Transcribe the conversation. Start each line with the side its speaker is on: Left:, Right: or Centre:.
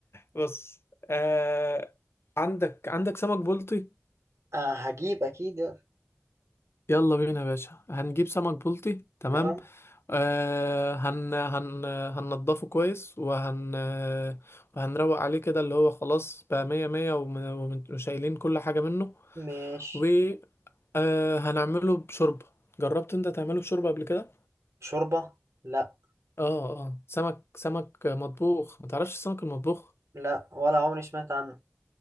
Left: بص آه عندك عندك سمك بلطي
Right: آه هجيب اكيد يلا
Left: يلا بينا يا باشا هنجيب سمك بلطي تمام
Right: نعم
Left: آه هن هن هننضفه كويس وهن وهنروق عليه كده اللي هو خلاص بقى مية مية وم- وم- وشايلين كل حاجة منه
Right: ماشي
Left: و آه هنعمله بشوربة جربت انت تعمله بشوربة قبل كده؟
Right: شوربة لا
Left: اه اه سمك سمك مطبوخ ما تعرفش السمك المطبوخ
Right: لا ولا عمري سمعت عنه